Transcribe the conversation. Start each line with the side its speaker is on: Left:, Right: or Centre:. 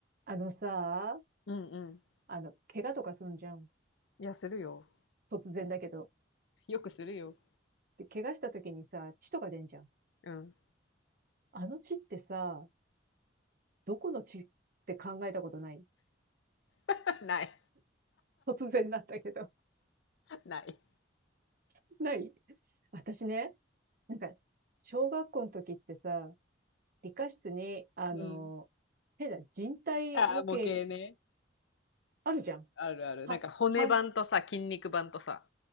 Right: あのさ、
Left: うんうん。
Right: あの、怪我とかすんじゃん。
Left: いや、するよ。
Right: 突然だけど。
Left: よくするよ。
Right: で、怪我した時にさ、血とか出んじゃん。
Left: うん。
Right: あの血ってさ、どこの血って考えたことない
Left: <laughs> ない。
Right: <laughs> 突然なんだけど。
Left: ない。
Right: <laughs> ない私ね、なんか、小学校の時ってさ、理科室に、あの、
Left: うん。
Right: 変な人体模型
Left: ああ、模型ね。
Right: あるじゃん。
Left: あるある。
Right: は、
Left: なんか骨盤とさ、
Right: 半、
Left: 筋肉盤とさ。